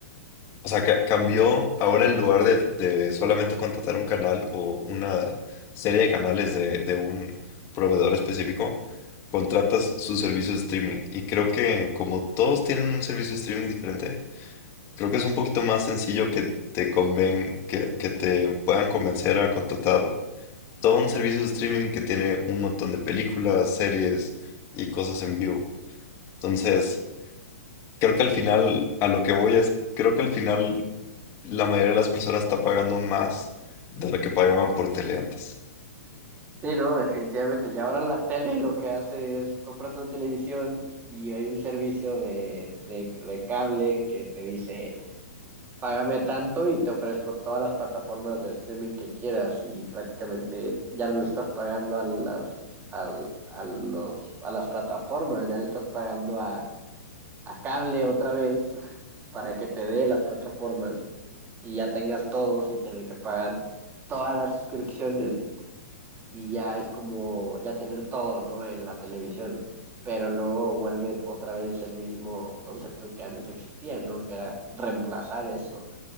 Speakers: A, on the left; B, on the right.
A: o sea, ca- cambió ahora en lugar de, de solamente contratar un canal o una serie de canales de, de un proveedor específico contratas su servicio de streaming. Y creo que como todos tienen un servicio de streaming diferente, Creo que es un poquito más sencillo que te conven, que, que te puedan convencer a contratar todo un servicio de streaming que tiene un montón de películas, series y cosas en vivo. Entonces, creo que al final, a lo que voy es, creo que al final la mayoría de las personas está pagando más de lo que pagaban por tele antes.
B: Sí, no, definitivamente. Y ahora la tele lo que hace es compras una televisión y hay un servicio de, de, de cable que te dice págame tanto y te ofrezco todas las plataformas de streaming que quieras y prácticamente ya no le estás pagando a las, al- a, los, a las plataformas, ya le estás pagando a, a cable otra vez <laughs> para que te dé las plataformas y ya tengas todo sin tener que pagar todas las suscripciones y ya es como ya tener todo, ¿no? En la televisión. Pero luego vuelve otra vez el mismo concepto que antes existía, ¿no? Que era reemplazar eso.